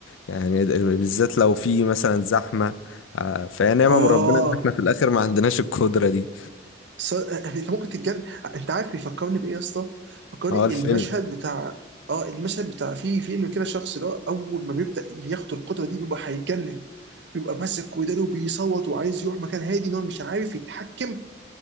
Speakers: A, on the left; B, on the right.
A: يعني بالذات لو في مثلا زحمة آه، فهي نعمة
B: اه
A: من ربنا إن إحنا في الآخر ما عندناش القدرة دي
B: ص... انت ممكن تتجنن انت عارف بيفكرني بايه يا اسطى؟ فكرني
A: هو الفيلم
B: المشهد بتاع اه المشهد بتاع في فيلم كده شخص اللي هو اول ما بيبدا ياخد القدره دي بيبقى هيتجنن بيبقى ماسك ودانه وبيصوت وعايز يروح مكان هادي ان هو مش عارف يتحكم